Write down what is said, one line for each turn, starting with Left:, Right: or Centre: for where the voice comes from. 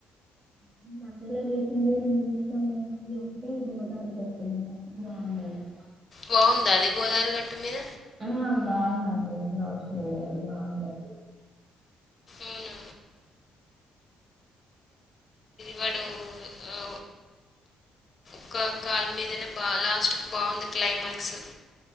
Right: హుమ్ మధ్యలో రీసెంట్ గా <unintelligible> <unintelligible>
Left: బాగుందా అది గోదారి గట్టు మీద?
Right: ఆ బాగుందండి లవ్ స్టొరీ అది బాగుంది
Left: అవునా! వాడు హు ఒక కాల్ మీదనే బా లాస్ట్ క్ బాగుంది క్లైమాక్స్